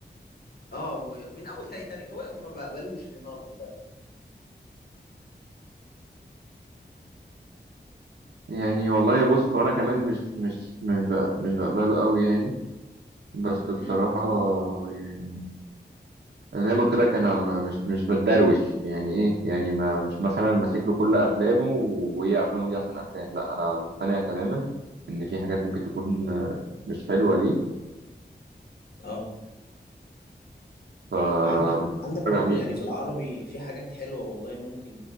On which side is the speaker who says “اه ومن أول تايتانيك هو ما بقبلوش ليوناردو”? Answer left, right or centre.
Left